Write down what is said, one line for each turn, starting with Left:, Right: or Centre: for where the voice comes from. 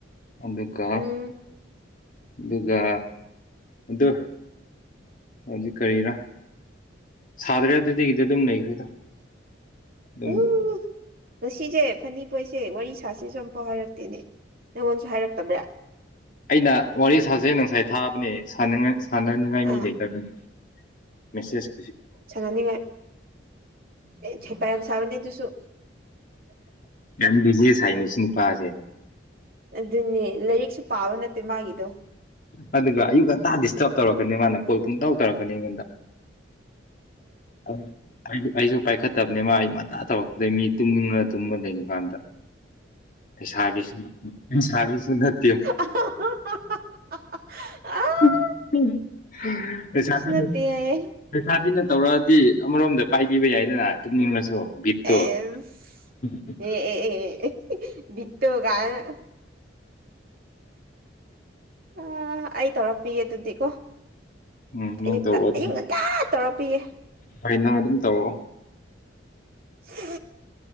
Left: ꯑꯗꯨꯒ
Right: ꯎꯝ
Left: ꯑꯗꯨꯒ ꯑꯗꯨ ꯍꯧꯖꯤꯛ ꯀꯔꯤꯔꯥ ꯁꯥꯗ꯭ꯔꯦꯗ ꯑꯗꯨꯗꯒꯤꯗꯤ ꯑꯗꯨꯝ ꯂꯩꯈ꯭ꯔꯦꯗ ꯑꯗꯨꯝ
Right: ꯎ ꯉꯁꯤꯁꯦ ꯐꯅꯤ ꯄꯣꯏꯁꯦ ꯋꯥꯔꯤ ꯁꯥꯁꯤꯁꯨ ꯑꯃꯝꯐꯥꯎ ꯍꯥꯏꯔꯛꯇꯦꯅꯦ ꯅꯪꯉꯣꯟꯁꯨ ꯍꯥꯏꯔꯛꯇꯕ꯭ꯔꯥ
Left: ꯑꯩꯅ ꯋꯥꯔꯤ ꯁꯥꯖꯦꯅ ꯉꯁꯥꯏ ꯊꯥꯕꯅꯦ ꯁꯥꯅꯉꯥꯏ ꯁꯥꯟꯅꯅꯤꯡꯉꯥꯏ
Right: ꯑꯥ
Left: ꯃꯤ ꯂꯩꯇꯕ ꯃ ꯃꯦꯁꯦꯁ
Right: ꯁꯥꯟꯅꯅꯤꯡꯉꯥꯏ ꯑꯦ ꯍꯦꯄꯥ ꯌꯥꯝ ꯁꯥꯕꯅꯦ ꯑꯗꯨꯁꯨ
Left: ꯌꯥꯝ ꯕꯤꯖꯤ ꯁꯥꯏꯅꯦ ꯁꯤ ꯅꯨꯄꯥꯁꯦ
Right: ꯑꯗꯨꯅꯦ ꯂꯥꯏꯔꯤꯛꯁꯨ ꯄꯥꯕ ꯅꯠꯇꯦ ꯃꯥꯒꯤꯗꯣ
Left: ꯑꯗꯨꯒ ꯑꯌꯨꯛ ꯉꯟꯇꯥ ꯗꯤꯁꯇꯔꯕ ꯇꯧꯔꯛꯀꯅꯤ ꯃꯥꯅ ꯀꯣꯜ ꯄꯨꯡ ꯇꯧ ꯇꯧꯔꯛꯀꯅꯤ ꯑꯩꯉꯣꯟꯗ ꯑ ꯑꯩ ꯑꯩꯁꯨ ꯄꯥꯏꯈꯠꯇꯕꯅꯦ ꯃꯥ ꯑꯌꯨ ꯉꯟꯇꯥ ꯇꯧꯔꯛꯄꯗꯩ ꯃꯤ ꯇꯨꯝꯅꯤꯡꯉ ꯇꯨꯝꯃ ꯂꯩꯕ ꯀꯥꯟꯗ ꯄꯩꯁꯥꯒꯤꯁꯨ ꯎꯝ ꯅꯨꯡꯁꯥꯒꯤꯁꯨ ꯅꯠ
Right: ꯑꯍꯥ ꯍꯥ ꯍꯥ ꯍꯥ ꯍꯥ ꯍꯥ ꯍꯥ ꯑꯥ
Left: ꯎꯝ ꯎꯝ ꯂꯩꯁꯥꯕꯤꯅ
Right: ꯅꯠꯇꯦ ꯍꯥꯏꯌꯦ
Left: ꯂꯩꯁꯥꯕꯤꯅ ꯇꯧꯔꯛꯑꯗꯤ ꯑꯃꯔꯣꯝꯗ ꯄꯥꯏꯕꯤꯕ ꯌꯥꯏꯗꯅ ꯇꯨꯝꯅꯤꯡꯉꯁꯨ ꯕꯤꯠꯇꯣ
Right: ꯑꯦꯁ
Left: ꯍꯨꯝ ꯍꯨꯝ ꯍꯨꯝ
Right: ꯑꯦ ꯑꯦ ꯑꯦ ꯕꯤꯠꯇꯣ ꯒꯥꯏꯔꯥ ꯑ ꯑ ꯑꯩ ꯇꯧꯔꯛꯄꯤꯒꯦ ꯑꯗꯨꯗꯤꯀꯣ
Left: ꯎꯝ ꯅꯪ
Right: ꯑꯌꯨꯛꯇ
Left: ꯇꯧꯔꯛꯑꯣ
Right: ꯑꯌꯨꯛ ꯉꯟꯇꯥ ꯇꯧꯔꯛꯄꯤꯌꯦ
Left: ꯍꯣꯏ ꯅꯪ ꯑꯗꯨꯝ ꯇꯧꯔꯛꯑꯣ
Right: ꯁ